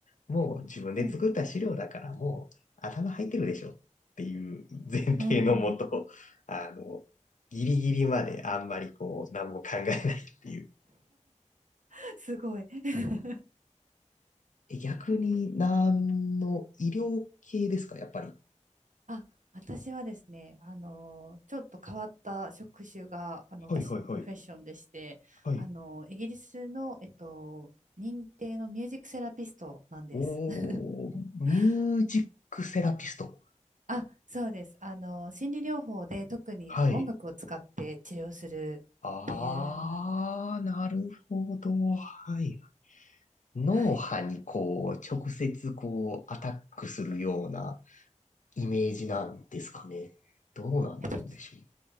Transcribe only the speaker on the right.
うんうん。うんうん。
<laughs> すごい。<laughs>
あ、私はですね、あの、ちょっと変わった職種が、あの、私のプロフェッションでして、
あの、イギリスの、えっと、認定のミュージックセラピストなんです。
<laughs> あ、そうです。あの、心理療法で特にあの音楽を使って治療するっていう、
はい。
えっと、